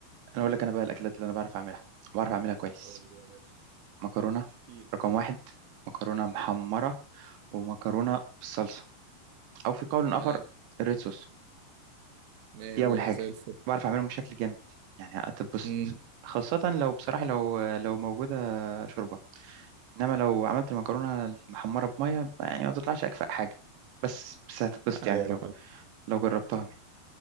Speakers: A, on the right; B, on the right.
A: انا اقول لك انا بقى الاكلات اللي انا بعرف اعملها بعرف اعملها كويس
B: قول لي يا باشا
A: مكرونه
B: احكيلي
A: رقم واحد مكرونه محمره
B: مم.
A: ومكرونه بالصلصه او في قول
B: تمام
A: اخر الريد صوص
B: مية
A: دي
B: مية
A: أول حاجة
B: زي الفل
A: بعرف أعملهم بشكل جامد يعني هتتبسط
B: مم.
A: خاصة لو بصراحة لو لو موجودة شوربة إنما لو عملت المكرونة المحمرة بمية يعني ما بتطلعش أكفأ حاجة بس بس هتتبسط
B: ايوه
A: يعني لو
B: فل.
A: لو جربتها مني